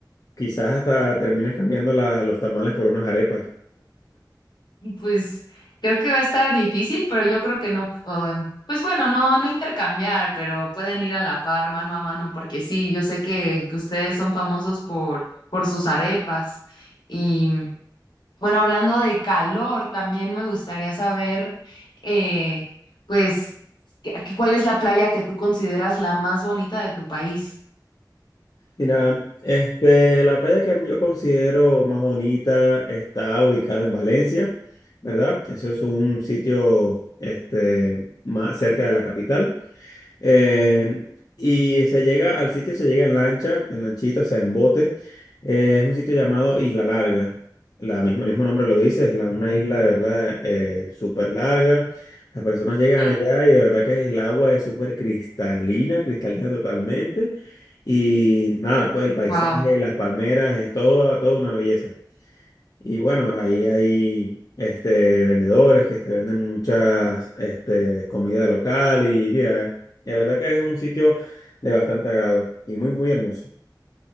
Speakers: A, on the left (about 55°); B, on the left (about 70°).
A: Quizás hasta termines cambiando la- los tamales por unas arepas.
B: Pues creo que va a estar difícil, pero yo creo que no, eh, pues bueno, no, no intercambiar, pero pueden ir a la par, mano a mano, porque sí, yo sé que, que ustedes son famosos por, por sus arepas. Y bueno, hablando de calor, también me gustaría saber, eh, pues, ¿qué- qué- ¿cuál es la playa que tú consideras la más bonita de tu país?
A: Mira, este, la playa que yo considero más bonita está ubicada en Valencia, ¿verdad? Eso es un sitio, este, más cerca de la capital. Eh, y se llega al sitio, se llega en lancha, en lanchita, o sea, en bote. Eh, es un sitio llamado Isla Larga. La misma, el mismo nombre lo dice, es la- una isla de verdad eh, súper larga. Las personas llegan
B: <laughs>
A: allá y de verdad que el agua es súper cristalina, cristalina totalmente. Y nada, pues el paisaje,
B: Wow.
A: las palmeras, es todo, toda una belleza. Y bueno, ahí hay este, vendedores que te venden muchas este, comida local y mira, la verdad que es un sitio de bastante agrado y muy, muy hermoso.